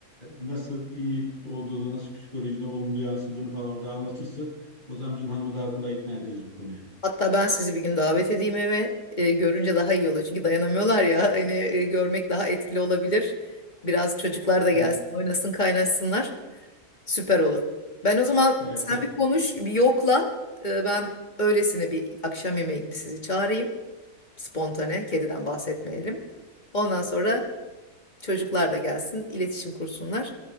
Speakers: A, on the right; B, on the left.
A: e, nasıl iyi olduğunu, nasıl psikolojine olumlu yansıdığını falan orada anlatırsın. O zaman bizim hanımı daha kolay ikna ederiz bu konuya.
B: Hatta ben sizi bir gün davet edeyim eve. E, görünce daha iyi olur. Çünkü dayanamıyorlar ya. Hani e, görmek daha etkili olabilir. Biraz çocuklar da
A: Evet,
B: gelsin, oynasın, kaynaşsınlar. Süper olur. Ben o zaman
A: evet,
B: sen
A: evet.
B: bir konuş, bir yokla. E, ben öylesine bir akşam yemeği gibi sizi çağırayım. Spontane, kediden bahsetmeyelim. Ondan sonra çocuklar da gelsin, iletişim kursunlar.